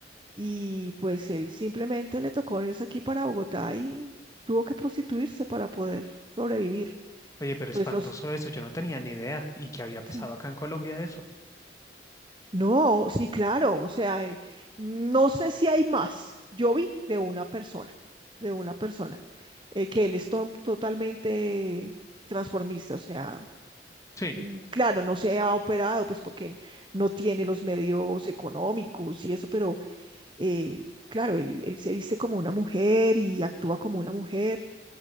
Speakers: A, on the right (about 25°); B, on the left (about 20°).
A: Y pues él simplemente le tocó venirse aquí para Bogotá y tuvo que prostituirse para poder sobrevivir.
B: Oye, pero
A: Entonces
B: espantoso
A: los...
B: eso, yo no tenía ni idea y que había pasado
A: sí.
B: acá en Colombia de eso.
A: No, sí, claro, o sea, eh, no sé si hay más. Yo vi de una persona, de una persona, eh, que él es to- totalmente transformista, o sea,
B: Sí.
A: mm, claro, no se ha operado, pues porque no tiene los medios económicos y eso, pero eh, claro, él él se viste como una mujer y actúa como una mujer.